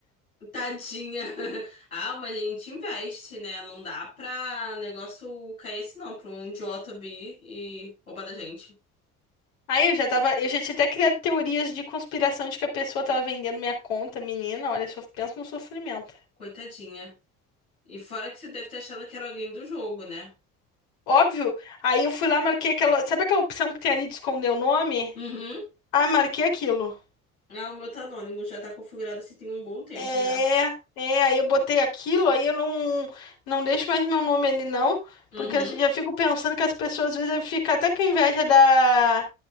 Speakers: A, on the left; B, on the left.
A: Tadinha. <laughs> Ah, mas a gente investe, né? Não dá pra negócio cair assim, não, pra um idiota vir e roubar da gente.
B: Aí eu já tava, eu já tinha até criado teorias de conspiração de que a pessoa tava vendendo minha conta, menina. Olha, só pensa no sofrimento.
A: Coitadinha. E fora que você deve ter achado que era alguém do jogo, né?
B: Óbvio. Aí eu fui lá, marquei aquela. Sabe aquela opção que tem ali de esconder o nome?
A: Uhum.
B: Ah, marquei aquilo.
A: Ah, o meu tá anônimo, já tá configurado assim tem um bom tempo
B: É,
A: já.
B: é, aí eu botei aquilo, aí eu não, não deixo mais meu nome ali não,
A: Uhum.
B: porque eu já fico pensando que as pessoas às vezes devem ficar até com inveja da,